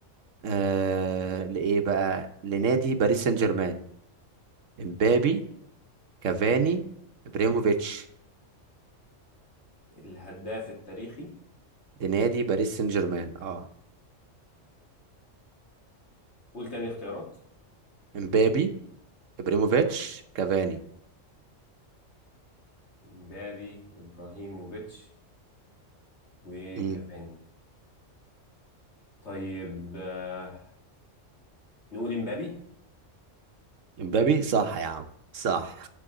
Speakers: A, on the right; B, on the left.
A: آه لايه بقى لنادي باريس سان جيرمان امبابي كافاني ابريموفيتش
B: الهداف التاريخي
A: لنادي باريس سان جيرمان اه
B: قول تاني الاختيارات
A: امبابي ابريموفيتش كافاني
B: امبابي ابراهيموفيتش وكافاني
A: امم
B: طيب آه، نقول امبابي
A: امبابي صح يا عم صح